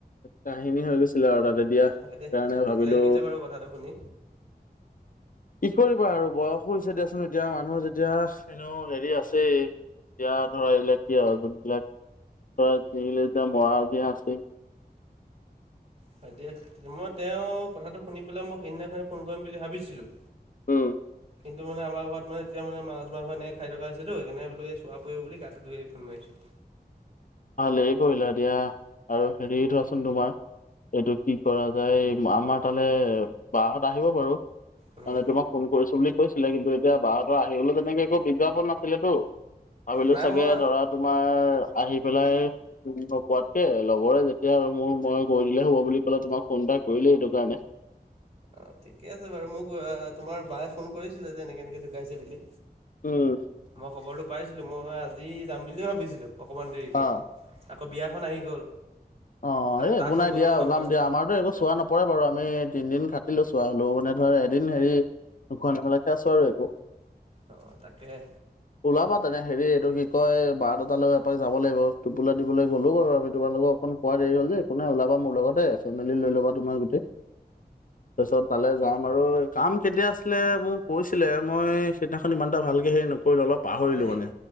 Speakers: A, on the left; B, on the right.
A: কাহিনী হৈ গৈছে। ছিলে আৰু তাতে। দিয়া
B: হয়
A: সেইকাৰণে
B: দে দুখ
A: ভাবিলো
B: লাগি গৈছে বাৰু কথাটো শুনি।
A: কি কৰিবা আৰু বয়সো হৈছে দিয়াচোন এতিয়া মানুহ যেতিয়া এনেো হেৰি আছেই বিয়া ধৰা এইবিলাক কি আৰু যোনবিলাক ধৰা যিল যেতিয়া <unintelligible> যে আছে।
B: হয় দ মই তেওঁ কথাটো শুনি পেলাই মোক সেইদিনাখ ফোন কৰিম বুলি ভাবিছিলো!
A: উম,
B: কিন্তু মানে আমাৰ ঘৰত মানে এতিয়া মান মা মাংস এনেক খাই থকা হৈছেতো সেইনে বো চোৱা পৰিব বুলি গাটো ধুই আহ <unintelligible> মাৰিছো।
A: ভালেই কৰিলা দিয়া আৰু হেৰি থোৱাচোন তোমাৰ এইটো কি কৰা যায় আমাৰ তালে বা হত আহিব বাৰু
B: উম,
A: মানে তোমাক ফোন কৰিছো বুলি কৈছিলে কিন্তু, এতিয়া বাহতৰ আহিবলৈ তেনেকে একো বিজ্ঞাপন নাছিলেতো। ভাবিলো
B: নাই
A: চাগে
B: মই
A: ধৰা তোমাৰ আহি পেলাই নকোৱাতকে লগৰে যেতিয়া আৰু মোৰ মই গৈ দিলে হ'ব বুলি ক'লে তোমাক ফোন এটা কৰি <unintelligible>
B: অ ঠিকে আছে বাৰু মোক তোমাৰ বায়ে ফোন কৰিছিলে যে এনেকে এনেকে ঢুকাইছে বুলি
A: উম।
B: মই খবৰটো পাইছিলো মই আজি যাম বুলিয়ে ভাবিছিলো। অকণমান দেৰিকৈ
A: অ
B: আকৌ বিয়াখন আহি গ'ল।
A: অ
B: আকৌ
A: এই
B: তাত
A: একো
B: নগ'লেও
A: নাই দিয়া
B: নহয়
A: ওলাম দিয়া আমাৰতো একো চোৱা নপৰে বাৰু আমি তিনদিন খাটি চোৱা হ'লেও মানে ধৰা এদিন হেৰি নোখোৱা ন মেলাকে আছো আৰু একো।
B: অ, তাকেহে
A: ওলাবা তেনে হেৰি এইটো কি কয় বাৰটাটালৈ এপাক যাব লাগিব টোপুলা দিবলৈ গ'লো বাৰু আমি তোমালোকক। অকন কোৱা দেৰি হ'ল যে একোনে ওলাবা মোৰ লগতে ফেমিলি লৈ লবা তোমাৰ গোটেই। তাৰপিছত তালে যাম আৰু কাম কেতিয়া আছিলে মোক কৈছিলে মই সেইদিনাখন ইমান এটা ভাল ভালকে হৰি নকৰিল অলপ পাহৰিলো
B: এই
A: মানে